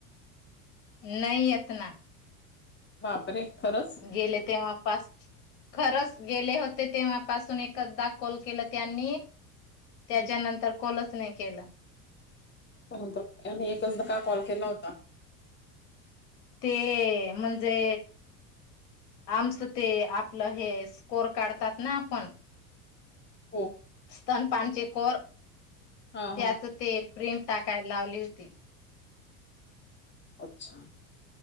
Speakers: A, on the left (about 55°); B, on the left (about 20°).
A: नाही येतना.
B: बापरे. खरंच
A: गेले तेव्हा पा खरच गेले हो ते तेव्हापासून एकदा कॉल केला त्यांनी, त्याच्यानंतर
B: हं.
A: कॉलच नाही केला.
B: त्यानंतर, त्याने एकचदा कॉल केला होता?
A: ते म्हणजे आमचं ते आपलं हे स्कोर काढतात ना आपण.
B: हो.
A: स्तनपानचे कोर
B: हा
A: त्याच
B: हा
A: ते प्रिंट टाकाय लावली होती.
B: अच्छा.